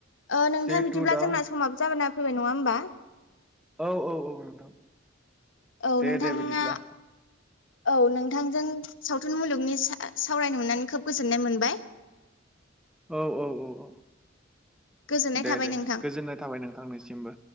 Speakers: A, on the left; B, in the centre.
A: ओ नोंथां
B: जिहेथु
A: बिदिब्ला
B: दा
A: जोंना समाबो जाना फैबाय नङा होमबा।
B: औ औ औ नोंथां
A: औ
B: दे
A: नोंथाङा
B: दे बिदिब्ला।
A: औ नोंथांजों सावथुन मुलुगनि सा- सावरायनो मोननानै खोब गोजोननाय मोनबाय।
B: औ औ औ औ
A: गोजोननाय
B: दे
A: थाबाय
B: दे
A: नोंथां
B: गोजोननाय थाबाय नोंथांनिसिमबो।